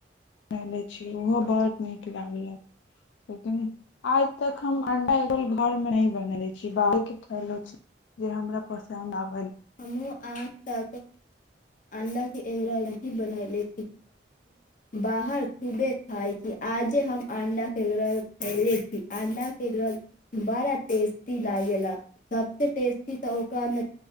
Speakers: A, on the left; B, on the left.
A: बले छी ओहो बड्ड नीक लागलक लेकिन आज तक हम अणडा घरमे नहि बनेले छी बाहरके खले छी जे हमरा पसन्द आब
B: हम आ तक अंडा के एगरा बन ले बाहर खूबे खााय छी आजे हम अंडा के ग्रल खयले छी अंडा के ग्रल बड़ा टेस्टी लागेला सबस टेस्टी त ओकरा